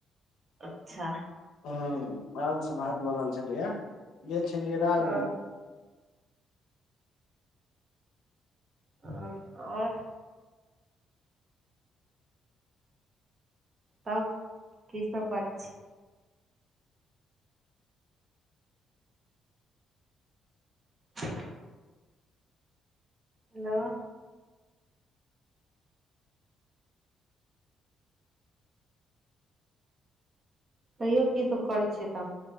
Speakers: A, on the right; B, on the left.
A: अच्छा।
B: हाॅं माॅंस भात बनल छले यै, गेल छलियै राजनगर।
A: हँ हाॅं और तब की सब पर छी। <inaudible> हेलो। तैयो की सभ करै छिये, तब।